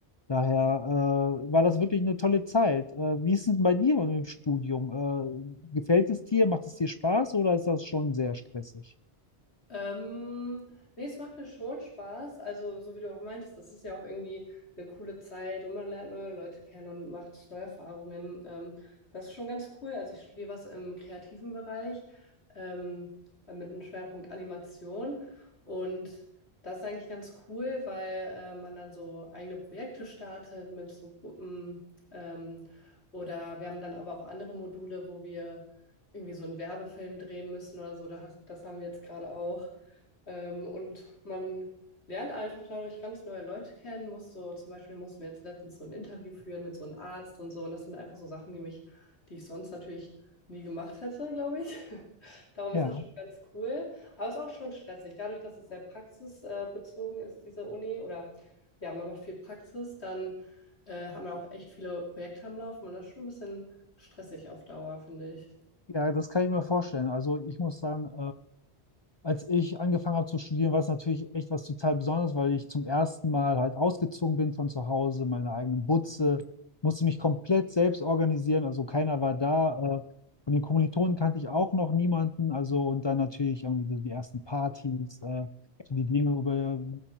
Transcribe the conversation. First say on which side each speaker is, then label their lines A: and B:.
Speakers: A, on the left; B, on the left.
A: Daher äh, war das wirklich eine tolle Zeit. Äh, wie ist es denn bei dir im Studium? Äh, gefällt es dir? Macht es dir Spaß oder ist das schon sehr stressig?
B: Ähm, nee, es macht mir schon Spaß. Also, so wie du auch meintest, es ist ja auch irgendwie eine coole Zeit und man lernt neue Leute kennen und macht neue Erfahrungen. Ähm, das ist schon ganz cool. Also, ich studiere was im kreativen Bereich, ähm, mit einem Schwerpunkt Animation. Und das ist eigentlich ganz cool, weil äh, man dann so eigene Projekte startet mit so Gruppen. Ähm, oder wir haben dann aber auch andere Module, wo wir irgendwie so einen Werbefilm drehen müssen oder so. Da hast, das haben wir jetzt gerade auch. Ähm, und man lernt einfach dadurch ganz neue Leute kennen. Muss so, zum Beispiel mussten wir jetzt letztens so ein Interview führen mit so einem Arzt und so. Und das sind einfach so Sachen, die mich, die ich sonst natürlich nie gemacht hätte, glaube ich. <laughs> Darum
A: Ja,
B: ist das schon ganz cool. Aber es ist auch schon stressig. Dadurch, dass es sehr praxisbezogen ist, diese Uni, oder ja, man macht viel Praxis, dann äh, hat man auch echt viele Projekte am Laufen und das ist schon ein bisschen stressig auf Dauer, finde ich.
A: ja, das kann ich mir vorstellen. Also ich muss sagen, als ich angefangen habe zu studieren, war es natürlich echt was total Besonderes, weil ich zum ersten Mal halt ausgezogen bin von zu Hause, meine eigenen Butze, musste mich komplett selbst organisieren, also keiner war da. Äh, von den Kommilitonen kannte ich auch noch niemanden, also und dann natürlich irgendwie so die ersten Partys, äh, so die Dinge über,